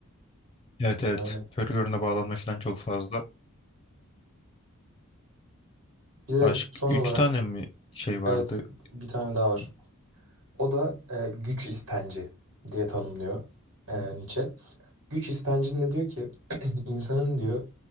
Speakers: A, on the left; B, on the right.
A: Evet evet.
B: Öyle.
A: Körü görüne bağlanma falan çok fazla.
B: Bir de
A: Başka
B: son
A: 3
B: olarak
A: tane mi şey vardı?
B: evet bir tane daha var.
A: Hı.
B: O da e, güç istenci diye tanımlıyor e,
A: Hı.
B: Nietzsche. Güç istencinde diyor ki <clears throat> insanın diyor